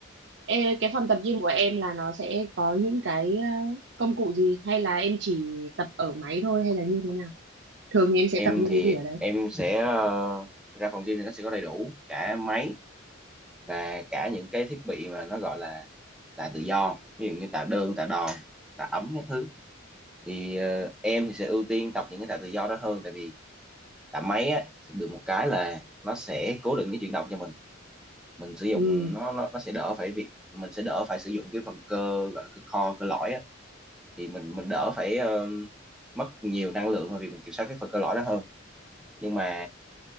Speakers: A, on the right; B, in the centre.
A: ê, cái phòng tập gym của em là nó sẽ có những cái ờ, công cụ gì hay là em chỉ tập ở máy thôi hay là như thế nào? Thường thì em sẽ
B: em
A: tập những
B: thì
A: cái gì ở đấy?
B: em sẽ ờ, thực ra phòng gym thì nó sẽ có đầy đủ cả máy và cả những cái thiết bị mà nó gọi là tạ tự do ví dụ như tạ đơn tạ đòn tạ ấm các thứ thì ờ, em thì sẽ ưu tiên tập những cái tạ tự do đó hơn tại vì tạ máy á được một cái là nó sẽ cố định cái chuyển động cho mình mình sử dụng
A: Ừ.
B: nó nó, nó sẽ đỡ phải việc mình sẽ đỡ phải sử dụng cái phần cơ gọi là cơ core cơ lõi á thì mình mình đỡ phải ờ, mất nhiều năng lượng vào việc mình kiểm soát cái phần cơ lõi đó hơn nhưng mà